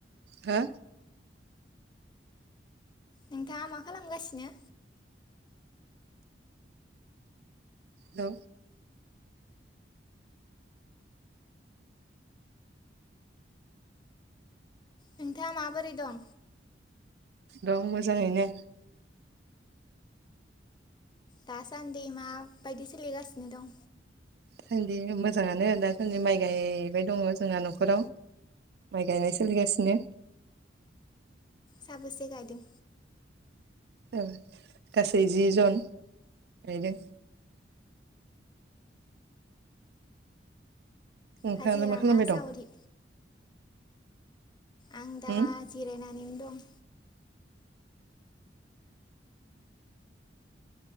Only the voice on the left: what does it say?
नोंथाङा मा खालामगासिनो।
नोंथाङा माबोरै दं?
दासान्दि माबायदि सोलिगासिनो दं?
साबोसे गायदों।
हाजिरा
ना सावरि
आं दा
जिरनानै दं